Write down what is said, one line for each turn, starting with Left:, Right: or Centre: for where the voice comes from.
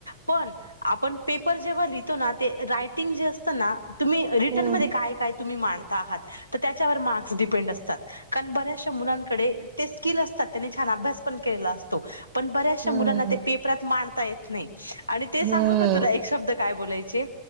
Left: पण आपण पेपर जेव्हा लिहितो ना ते रायटिंग जे असतं ना तुम्ही रिटनमध्ये
Right: हम्म
Left: काय काय तुम्ही मांडता आहात त त्याच्यावर मार्क्स डिपेंड असतात. कारण बऱ्याचशा मुलांनकडे ते स्किल असतात, त्यांनी छान अभ्यास पण केला असतो, पण बऱ्याचशा मुलांना
Right: हम्म
Left: ते पेपरात मांडता येत नाही, आणि ते
Right: हम्म
Left: सांगू का तुला एक शब्द काय बोलाय चे